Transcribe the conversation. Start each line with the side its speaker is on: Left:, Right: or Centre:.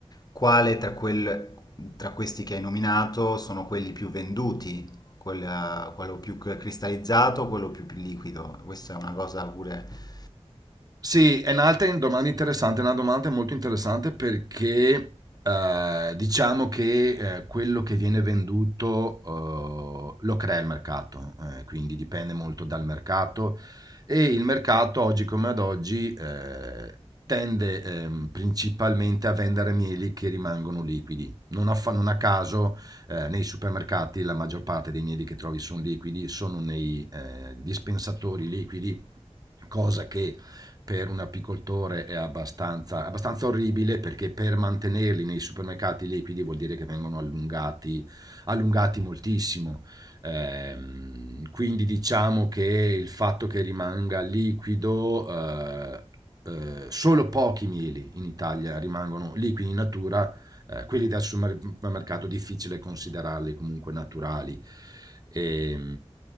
Left: quale tra, quel- tra questi che hai nominato sono quelli più venduti, quella- quello più cristallizzato, quello più liquido. Questa è una cosa pure...
Right: Sì, è un'altra domanda interessante, è una domanda molto interessante perché eh, diciamo che eh, quello che viene venduto eh, lo crea il mercato, eh, quindi dipende molto dal mercato e il mercato oggi come ad oggi eh, tende ehm, principalmente a vendere mieli che rimangono liquidi. Non a, fa- non a caso eh, nei supermercati la maggior parte dei mieli che trovi sono liquidi, sono nei eh, dispensatori liquidi, cosa che per un apicoltore è abbastanza, abbastanza orribile perché per mantenerli nei supermercati liquidi vuol dire che vengono allungati, allungati moltissimo. Ehm, quindi diciamo che il fatto che rimanga liquido, eh, eh, solo pochi mieli in Italia rimangono liquidi in natura eh, quelli dal supermercato difficile considerarli comunque naturali. E,